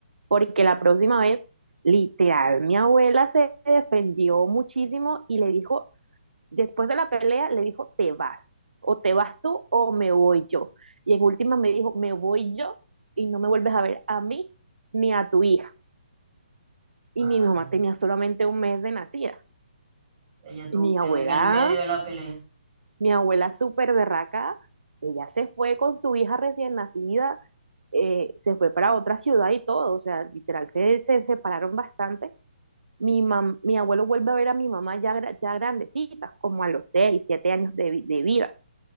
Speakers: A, on the right (about 85°); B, on the right (about 40°).
A: porque la próxima vez, literal, mi abuela se defendió muchísimo y le dijo, después de la pelea, le dijo, te vas, o te vas tú o me voy yo. Y en última me dijo, me voy yo y no me vuelves a ver a mí ni a tu hija. Y
B: Ay,
A: mi mamá tenía solamente un mes de nacida.
B: ella tu-
A: Y mi
B: quedó
A: abuela
B: en el medio de la pelea,
A: Mi abuela súper berraca, ella se fue con su hija recién nacida, eh, se fue para otra ciudad y todo, o sea, literal, se, se separaron bastante. Mi mam- mi abuelo vuelve a ver a mi mamá ya, gra- ya grandecita, como a los seis, siete años de, vi- de vida,